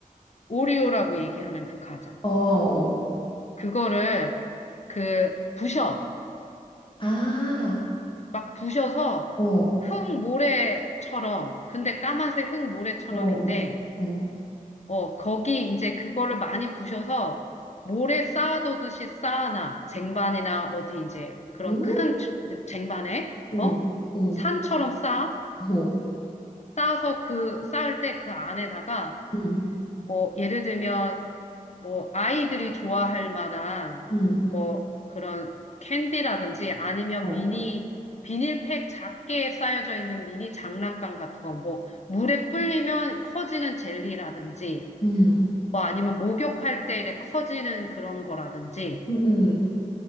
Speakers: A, on the left (about 50°); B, on the left (about 35°).
A: 오리오라고 얘기하는 그 과자.
B: 어. 어.
A: 그거를 그 부셔.
B: 아.
A: 막 부셔서
B: 어. 어.
A: 흙 모래처럼, 근데 까만색 흙 모래처럼인데,
B: 어. 어. 어.
A: 어, 거기 이제 그거를 많이 부셔서 모래 쌓아두듯이 쌓아놔. 쟁반이나 어디 이제 그런
B: 음?
A: 큰 주- 쟁반에,
B: 어.
A: 어?
B: 어.
A: 산처럼 쌓아?
B: 어.
A: 쌓아서 그, 쌓을 때 그 안에다가
B: 음.
A: 뭐, 예를 들면, 뭐, 아이들이 좋아할 만한,
B: 음.
A: 뭐, 그런 캔디라든지 아니면
B: 어.
A: 미니, 비닐팩 작게 쌓여져 있는 미니 장난감 같은 거, 뭐, 물에 불리면 커지는 젤리라든지,
B: 음.
A: 뭐, 아니면 목욕할 때 이렇게 커지는 그런 거라든지,
B: 음. 음.